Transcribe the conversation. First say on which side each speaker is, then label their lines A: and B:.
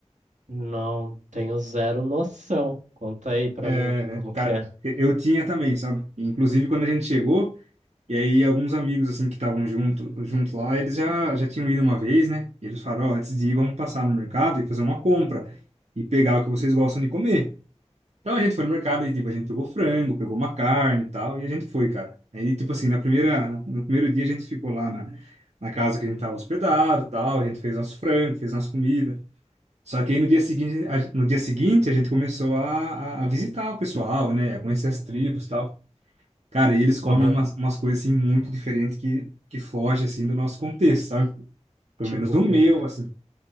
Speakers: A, on the right (about 85°); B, on the right (about 65°).
A: Não, tenho zero noção. Conta aí pra
B: É,
A: mim, como
B: cara,
A: que é.
B: eu tinha também, sabe? Inclusive quando a gente chegou. E aí alguns amigos assim que estavam junto, junto lá, eles já já tinham ido uma vez, né? E eles falaram, ó, antes de ir, vamos passar no mercado e fazer uma compra e pegar o que vocês gostam de comer. Então a gente foi no mercado e tipo, a gente pegou frango, pegou uma carne e tal, e a gente foi, cara. Aí tipo assim, na primeira no primeiro dia a gente ficou lá na na casa que a gente tava hospedado, e tal, a gente fez nosso frango, fez nossa comida. Só que aí no dia seguinte, a, gen- no dia seguinte a gente começou a, a, a visitar o pessoal, né? A conhecer as tribos, e tal. Cara, e eles comem
A: Aham.
B: umas, umas coisas assim muito diferentes que, que foge assim do nosso contexto, sabe? Pelo
A: Tipo
B: menos do
A: o quê?
B: meu, assim.